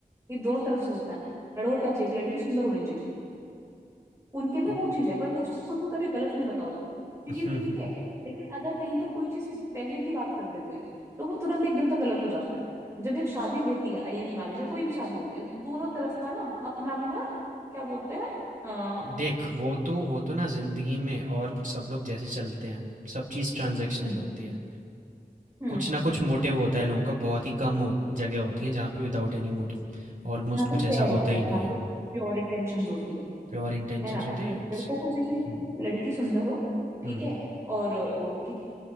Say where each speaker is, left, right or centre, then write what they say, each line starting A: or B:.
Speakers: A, on the right; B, on the right.
A: ये दोनों तरफ से होता है लड़कों को क्या चाहिए कि लड़की सुंदर होनी चाहिए उनके में
B: हुँ,
A: वो चीज है पर वो उस चीज को तुम कभी गलत नहीं बताओगे क्योंकि वो
B: हुँ,
A: ठीक
B: हुँ,
A: है
B: हुँ।
A: लेकिन अगर कहीं पर कोई चीज पैसे की बात कर दे कोई तो वो तुरंत एकदम से गलत हो जाता है जब एक शादी होती है अरेंज मैरिज या कोई भी शादी होती है दोनों तरफ का ना अपना अपना क्या बोलते हैं अ,
B: देख वो तो वो तो ना ज़िंदगी में और सब लोग जैसे चलते हैं, सब चीज़ ट्रांज़ैक्शनल
A: हम्म
B: होती है।
A: हम्म
B: कुछ ना कुछ मोटिव होता है लोगों का बहुत ही कम हो जगह होती है जहाँ पे विदाउट एनी मोटिव ऑलमोस्ट
A: यहाँ
B: कुछ
A: पे फेयर
B: ऐसा
A: होता
B: होता ही
A: है
B: नहीं
A: जहाँ
B: है।
A: पे प्योर इंटेंशंस होती है
B: प्योर इंटेंशंस
A: है ना
B: होते हैं इट्स
A: लड़कों को चाहिए
B: हम्म
A: लड़की सुंदर हो ठीक
B: हम्म
A: है और ओ, कि